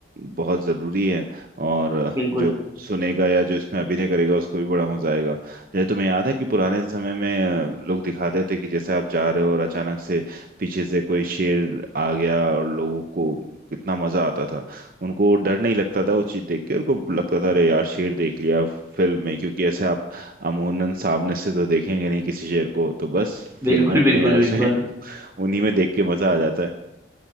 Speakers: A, on the right; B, on the right.
A: बहुत जरूरी है और
B: बिल्कुल
A: जो सुनेगा या जो इसमें अभिनय करेगा उसको भी बड़ा मजा आएगा जैसे तुम्हें याद है कि पुराने समय में अ, लोग दिखाते थे कि जैसे आप जा रहे हो और अचानक से पीछे से कोई शेर आ गया और लोगों को कितना मजा आता था उनको डर नहीं लगता था वो चीज देख के उनको लगता था अरे यार शेर देख लिया फिल्म में क्योंकि ऐसे आप अमूनन सामने से तो देखेंगे नहीं किसी शेर को तो बस फिल्मों
B: बिल्कुल बिल्कुल
A: में या उसमें
B: बिल्कुल
A: <laughs> उन्हीं में देख के मजा आ जाता है